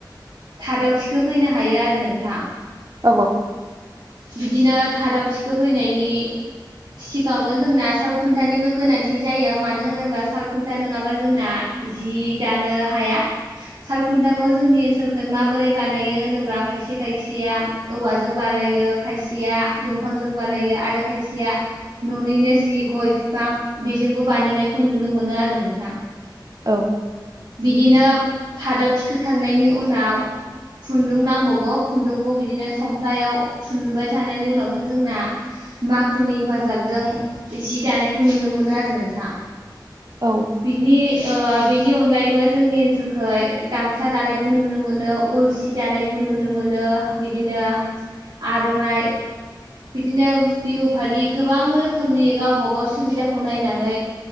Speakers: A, on the right; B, on the right.
A: थादाव थिखोफैनो हायो आरो नोंथां
B: आब' औ
A: बिदिनो थादाव थिखोफैनायनि सिगाङावनो जोंना सालखुन्थानिबो गोनांथि जायो मानो होनोब्ला साल खुन्था नङाबा जोंना जि दानो हाया सालखुन्थाखौ जोंनि ओनसोलख माबोरै बानायो होनोब्ला खायसे खायसेया औवाजों बानायो खायसेया दंफांजों बानायो आरो खायसेया न'निनो जि गय बिफां बेजोंबो बानायनायखौ नुनो मोनो आरो नोंथां
B: औ
A: बिदिनो थादाव थिखोखांनायनि उनाव खुन्दुं नांबावगौ खुन्दुंखौ बिदिनो सफ्लायाव थुनबाय थानायनि उनावसो जोंना माखुनि हेफाजाबजों जि दानायखौ नुनो मोनो आरो नोंथां
B: औ
A: बिनि ओ बेनि अनगायैबो जोंनि ओनसोलखाय गामसा दानायबो नुनो मोनो अलसि दानायबो नुनो मोनो नुनो मोनो बिदिनो आर'नाइ बिदिनो बिहु फालि गोबां रोखोमनि गावबा गाव सुबिदाखौ नायनानै